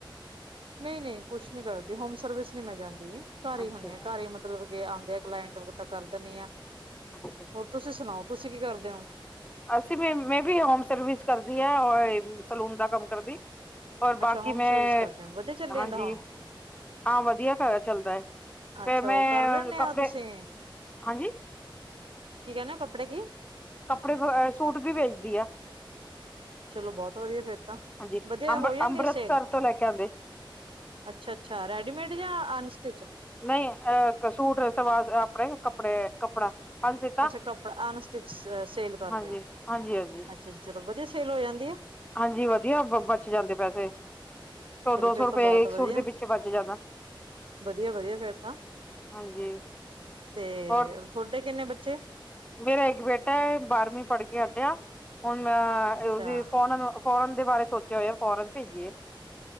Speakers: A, on the right (about 80°); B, on the left (about 15°).
A: ਨਈ-ਨਈ, ਕੁਛ ਨੀ ਕਰਦੀ। ਹੋਮ ਸਰਵਿਸ ਨੀ ਮੈਂ ਜਾਂਦੀ। ਘਰ ਈ
B: ਅੱਛਾ,
A: ਹੁੰਨੀ ਆ। ਘਰ ਈ ਮਤਲਬ ਕਿ ਆਣਦੇ ਆ ਕਲਾਇੰਟ। ਹੋਰ ਤਾਂ ਕਰਦਾ ਨਹੀਂ ਆ।
B: <inaudible>
A: ਹੋਰ ਤੁਸੀਂ ਸੁਣਾਓ? ਤੁਸੀਂ ਕੀ ਕਰਦੇ ਓ?
B: ਅਸੀਂ, ਮ ਮੈਂ ਵੀ, ਹੋਮ ਸਰਵਿਸ ਕਰਦੀ ਆ। ਅਹ ਸਲੂਨ ਦਾ, ਕੰਮ ਕਰਦੀ‌। ਔਰ ਬਾਕੀ
A: ਅੱਛਾ ਹੋਮ
B: ਮੈਂ,
A: ਸਰਵਿਸ ਕਰਦੇ ਹੋ ਵਧੀਆ ਚੱਲੀ
B: ਹਾਂਜੀ,
A: ਜਾਂਦਾ ਹੋਮ
B: ਹਾਂ ਵਧੀਆ ਘਰ ਚੱਲਦਾ ਐ। ਫੇਰ
A: ਅੱਛਾ
B: ਮੈਂ
A: ਉਹ ਕਰ ਲੈਂਦੇ
B: ਕੱਪੜੇ,
A: ਹੋ ਤੁਸੀਂ
B: ਹਾਂਜੀ।
A: ਕੀ ਕਹਿਨੇ, ਓ ਕੱਪੜਾ ਕੀ?
B: ਕੱਪੜੇ, ਅ ਸੂਟ ਵੀ, ਵੇਚਦੀ ਆ।
A: ਚਲੋ ਬਹੁਤ ਵਧੀਆ, ਫਿਰ ਤਾਂ,
B: ਹਾਂਜੀ
A: ਵਧੀਆ
B: ਅੰਬ
A: ਹੋ ਜਾਂਦੀ
B: ਅੰਮ੍ਰਿਤਸਰ
A: ਆ ਸੇਲ?
B: ਤੋਂ ਲੈ ਕੇ ਆਂਦੇ
A: ਅੱਛਾ-ਅੱਛਾ, ਰੈਡੀਮੇਡ ਜਾਂ ਅਨਸਟਿਚ?
B: ਨਹੀਂ ਅਹ ਇੱਕ ਸੂਟ ਸਵਾਰ ਆਪਣੇ ਕੱਪੜੇ ਕੱਪੜਾ ਪੰਜ ਸੀਤਾ
A: ਅੱਛਾ ਕੱਪੜਾ ਅਨਸਟਿਚਸ ਅ ਸੇਲ ਕਰਦੇ
B: ਹਾਂਜੀ
A: ਓ,
B: ਹਾਂਜੀ ਹਾਂਜੀ
A: ਅੱਛਾ ਚਲੋ ਵਧੀਆ ਸੇਲ ਹੋ ਜਾਂਦੀ ਆ?
B: ਹਾਂਜੀ ਵਧੀਆ ਬ ਬਚ ਜਾਂਦੇ ਪੈਸੇ, ਸੌ
A: ਚਲੋ
B: ਦੋ
A: ਫੇਰ
B: ਸੌ ਰੁਪਏ
A: ਤਾਂ ਬਹੁਤ
B: ਇੱਕ ਸੂਟ
A: ਵਧੀਆ
B: ਦੇ ਪਿੱਛੇ ਬਚ ਜਾਂਦਾ।
A: ਵਧੀਆ-ਵਧੀਆ ਫਿਰ ਤਾਂ,
B: ਹਾਂਜੀ
A: ਤੇ
B: ਹੋਰ
A: ਤੁਹਡੇ ਕਿੰਨੇ ਬੱਚੇ?
B: ਮੇਰਾ ਇੱਕ ਬੇਟਾ ਐ ਬਾਰਵੀਂ ਪੜ੍ਹ ਕੇ ਹੱਟਿਆ। ਹੁਣ ਮੈਂ
A: ਅੱਛਾ-ਅੱਛਾ
B: ਉਹਦੀ ਫੋਨ ਅ ਫੋਰਨ ਦੇ ਬਾਰੇ ਸੋਚਿਆ ਹੋਇਆ ਫੋਰਨ ਭੇਜੀਏ।